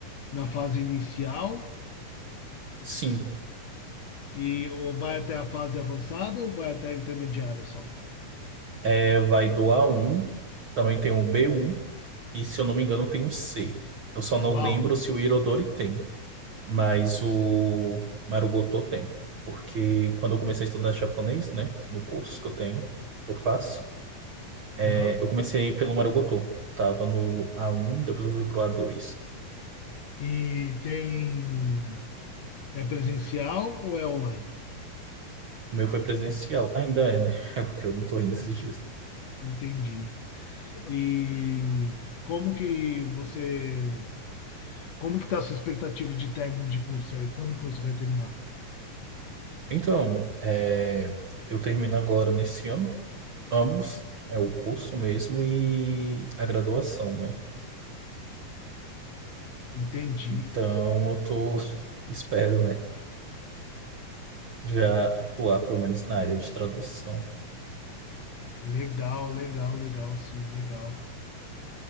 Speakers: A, on the left; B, on the right.
A: na fase inicial
B: sim,
A: e ou vai até a fase avançada ou vai até a intermediária só.
B: é, vai do a um também tem o b um e, se eu não me engano, tem o C. Eu só não
A: Uau.
B: lembro se o Irodori tem. mas o Marugoto tem. Porque quando eu comecei a estudar japonês, né, no curso que eu tenho, que eu faço, é,
A: Aham.
B: eu comecei pelo Marugoto. Eu tava no a um, depois eu fui pro a dois.
A: E tem é presencial ou é online?
B: O meu foi presencial. Ainda é, né? <laughs> É porque eu não tô indo esses
A: Hum.
B: dias.
A: Entendi. E como que você, como que tá a sua expectativa de término de curso aí? Quando que você vai terminar?
B: Então, é, eu termino agora nesse ano, ambos, é o curso mesmo e a graduação, né?
A: Entendi.
B: Então, eu tô, <laughs> espero, né, já atuar pelo menos na área de tradução.
A: Legal, legal, legal, sim, legal.